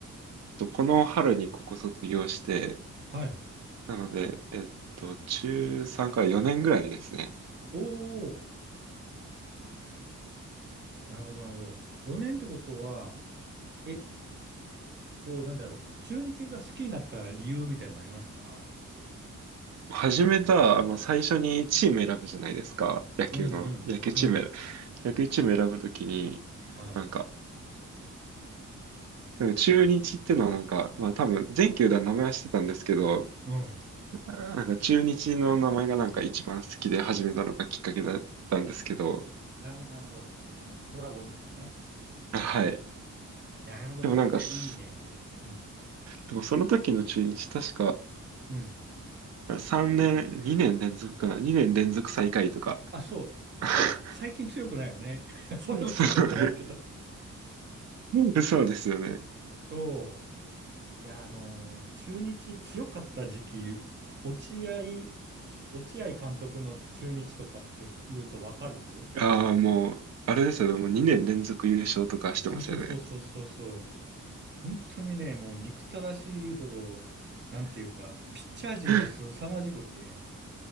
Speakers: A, on the right; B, on the right.
A: とこの春にここ卒業して、
B: はい。
A: なので、えっと、中3から4年ぐらいですね。
B: おなるほど、なるほど。4年ってことは、え、こう、なんだろう。中日が好きになった理由みたいなのありますか
A: 始めた、あの、最初にチーム選ぶじゃないですか。野球の。
B: うんうん。
A: 野球チーム選、
B: うん。
A: 野球チーム選ぶときに、
B: はい。
A: なんか、なんか中日ってのはなんか、まあ多分全球団名前はしてたんですけど、
B: うん。
A: あーなんか中日の名前がなんか一番好きで始めたのがきっかけだったんですけど、
B: なるほど、なるほど。あの、ドラゴンズがね。
A: あはい。
B: なるほど。
A: でもなんかす、
B: いや、いいね、それ。うん。
A: でもその時の中日確か、
B: うん。
A: 3年、2年連続かな ?2 年連続最下位とか。
B: あ、そう。あんまり最近強くないよね。
A: <laughs>
B: <laughs> そんなことちょっと怒られるけど。
A: そう <laughs> そうですよね。
B: そう。いや、あのー中日強かった時期、落合、ひ落合監督の中日とかって言うとわかる
A: ああ、もう、あれですよね。もう2年連続優勝とかしてますよね。
B: そうそうそうそうそうそう。本当にね、もう憎たらしいほど、なんていうか、ピッチャー陣が凄まじくて、
A: <laughs>